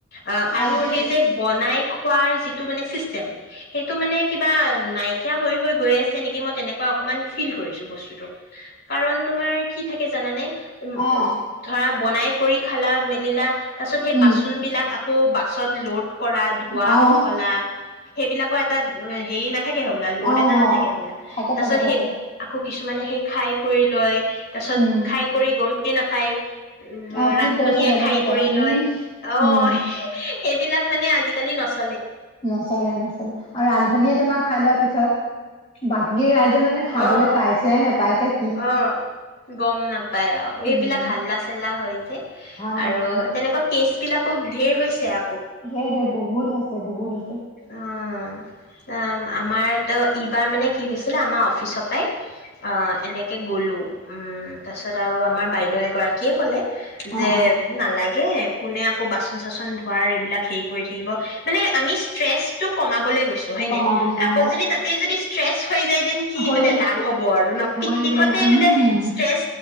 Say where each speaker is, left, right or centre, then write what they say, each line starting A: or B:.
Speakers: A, on the left (about 50°); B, on the left (about 30°).
A: অহ, আৰু
B: অ সেইটোৱে
A: সেই যে বনাই খোৱাৰ যি টো মনে চিষ্টেম সেইটো মানে কিবা নাইক কীয়া হৈ হৈ গৈ আছে নেকি মই তেনেকুৱা অকমান ফীল কৰিছোঁ বস্তুটো, কাৰণ তোমাৰ কি থাকে জানানে? উম,
B: অ
A: উম, ধৰা বনাই কৰি খালা মেলিলা, তাৰ পিছত সেই
B: উম
A: বাচনবিলাক আকৌ সব ল'ড কৰা ধোৱা-পখলা
B: অ
A: সেইবিলাক কোৱা তাত এহ, হেৰি নাথাকে বলা ল'ড
B: অ
A: এটা নাথাকে
B: অ
A: হবলা,
B: থাকে
A: তাছত
B: থাকে
A: সেই
B: থাকে
A: আকৌ কিছুমানে সেই খাই কৰি লয় তাৰছত
B: উম
A: খাই কৰি গম এই নাপায়
B: অ কি
A: ৰান্ধনীয়ে
B: কৰিছে গমেই
A: খাই
B: নাপায়
A: কৰি
B: উম
A: লয়, অ'
B: উম
A: এইবিলাক মানে আজিকালি নচ
B: নচলে নচলে, আৰু ৰান্ধনীয়ে তোমাৰ খাই লোৱাৰ পিছ ছত বাকী ৰাইজে মানে খাবলৈ
A: অ'
B: পাইছে, নেপাইছে
A: অ', গম নাপায় আৰু, এইবিলাক
B: উম
A: হাল্লা চাল্লা হয় যে,
B: ভাল নালাগে
A: আৰু তেনেকুৱা কেচ <unintelligible> ঢেৰ হৈছে আ
B: হেই দেেই বহুুৰ হছে বহুুৰ হছে
A: অ', তাম আমাৰতো ইবাৰ মানে কি হৈছিলে, আমাৰ অফিচৰ পাই অ', এনেকে গলোঁ, উম, তাৰছত আৰু আমাৰ বাইদ ৰাক িয় কলে যে
B: অ অ
A: নালাগে ে কোনে আকৌ বাচন চাচন ধোৱাৰ এইবিলাক হেৰি কৰি থাকিব মানে আমি ষ্ট্ৰেছটো কমাবলৈ গৈ ছো, হয়
B: কমাবলে
A: নাই? আকৌ
B: অ
A: যদি তাতেই যদি ষ্ট্ৰেছ থৈ যায়, দেন কি
B: হয়
A: মানে
B: দে
A: লাভ হ'ব আৰু ন?
B: হয়
A: পিকনিকতে
B: দিয়া
A: বোলে
B: উম
A: ষ্ট্ৰেছ